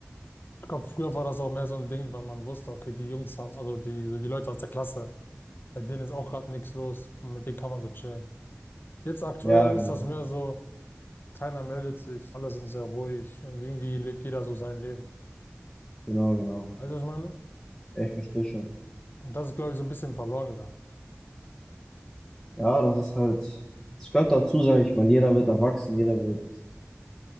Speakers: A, on the left (about 50°); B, in the centre.
A: Ich glaube, früher war das auch mehr so ein Ding, weil man wusste, okay, die Jungs haben, also die, die Leute aus der Klasse, bei denen ist auch gerade nichts los, mit denen kann man so chillen. Jetzt aktuell
B: Ja, genau.
A: ist das mehr so, keiner meldet sich, alle sind sehr ruhig und irgendwie lebt jeder so sein Leben.
B: Genau, genau.
A: Weißt du, was ich meine?
B: Ja, Ich verstehe schon.
A: Und das ist, glaube ich, so ein bisschen verloren gegangen.
B: Ja, das ist halt, es gehört dazu, sage ich mal. Jeder wird erwachsen, jeder wird